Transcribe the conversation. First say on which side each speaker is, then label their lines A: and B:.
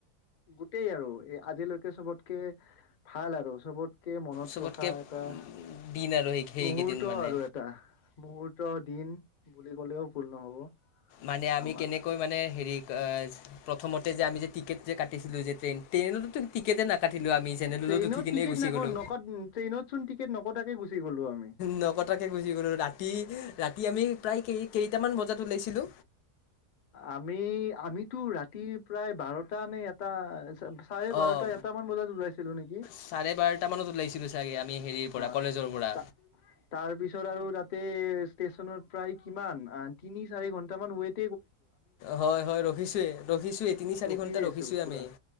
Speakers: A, on the left; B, on the left.
A: গোটেই আৰু এ আজিলৈকে চবতকে ভাল। ভাল আৰু চবতকে মনত
B: চবতকে
A: ৰখা এটা।
B: দিন আৰু সেই সেইকেইদিন
A: মুহূৰ্ত
B: মানে
A: আৰু এটা মুহূৰ্ত দিন বুলি ক'লেও ভুল নহ'ব।
B: মানে আমি
A: আমাৰ
B: কেনেকৈ মানে হেৰি প্ৰথমতে যে আমি যে টিকেট যে কাটিছিলো যে ট্ৰেইন ট্ৰেইনততো টিকেটে নাকাটিলো আমি চেনেদত
A: ট্ৰেইনত
B: উঠি কিনে
A: টিকেট
B: গুচি
A: নাক
B: গলো।
A: নক ট্ৰেইনত চোন টিকেট নকটাকে গুচি গ'লো আমি।
B: নকটাকে গুচি গলো ৰাতি, ৰাতি আমি প্ৰায় কেই কেইটামান বজাত। লৈাইছিলো।
A: আমি আমিতো ৰাতি প্ৰায় বাৰটাানে এটা। চাৰে বাৰটা
B: অঁ
A: এটাামান বজাত ওলাইছিলো নেকি?
B: চাৰে বাৰটা মানত ওলাইছিলো চাগে আমি হেৰিৰ পৰা
A: অ
B: কলেজৰ পৰা।
A: তা- তাৰপিছত আৰু তাতে ষ্টেচনত প্ৰায় কিমান তিনি চাৰি ঘন্টামান ৱেট।
B: হয় হয় ৰখিছোয়ে ৰখিছোেই তিনি চাৰি
A: ৰখিয়ে
B: ঘন্টা ৰখিছোৱেই
A: আছো পুৰা
B: আমি।